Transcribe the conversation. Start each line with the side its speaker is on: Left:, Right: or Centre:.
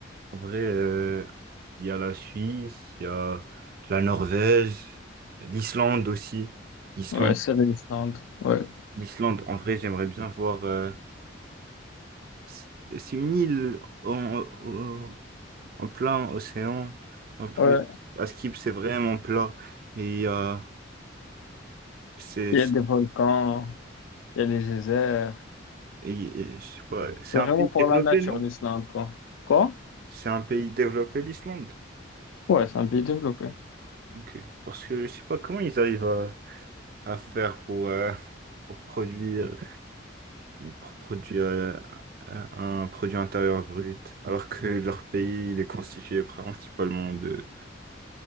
Right: En vrai, euh, il y a la Suisse, il y a la Norvège, l'Islande aussi. L'Islande,
Left: Ouais, c'est l'Islande. Ouais.
Right: l'Islande, en vrai, j'aimerais bien voir. euh, c'est c'est une île en, au- en plein océan. En plus,
Left: Ouais.
Right: à Skip, c'est vraiment plat. Et il y a- c'est,
Left: Il
Right: c'est-
Left: y a des volcans, il y a des déserts.
Right: et- et je sais pas, c'est
Left: C'est
Right: un
Left: vraiment
Right: pays
Left: pour
Right: développé,
Left: la nature,
Right: non?
Left: l'Islande, quoi. Quoi?
Right: C'est un pays développé, l'Islande.
Left: Ouais, c'est un pays développé.
Right: Ok. Parce que je sais pas comment ils arrivent à, à faire pour, euh, pour produire, pour produire euh, un un produit intérieur brut, alors que leur pays il est constitué principalement de,